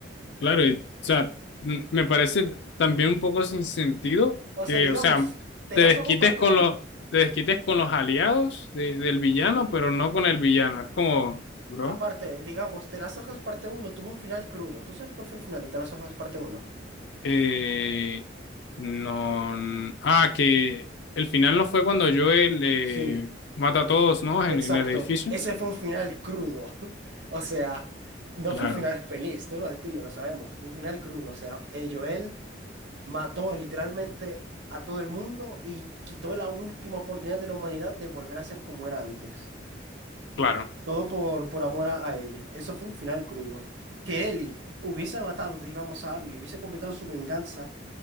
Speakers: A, on the left; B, on the right.
A: Claro, y, o sea, m- me parece también un poco sin sentido
B: O
A: que,
B: sea, digamos,
A: o sea,
B: Te
A: te
B: las
A: desquites
B: ojos parte
A: con
B: uno
A: los, te desquites con los aliados de- del villano,
B: Sí.
A: pero no con el villano. Es como, bro,
B: Aparte, digamos, Te las hojas parte uno tuvo un final crudo. ¿Tú sabes cuál fue el final de Te las hojas parte uno
A: eh, no, n- ah, que el final no fue cuando Joel eh,
B: Sí.
A: mata a todos, ¿no? En,
B: Exacto,
A: en el edificio.
B: ese fue un final crudo. <laughs> O sea, no
A: Claro,
B: fue un final feliz, tú, lo- tú y yo lo sabemos, fue un final crudo. O sea, eh, Joel mató literalmente a todo el mundo y quitó la última oportunidad de la humanidad de volver a ser como era antes.
A: claro.
B: Todo por, por amor a, a Ellie. Eso fue un final crudo. Que Ellie hubiese matado, digamos, a Abby, hubiese completado su venganza.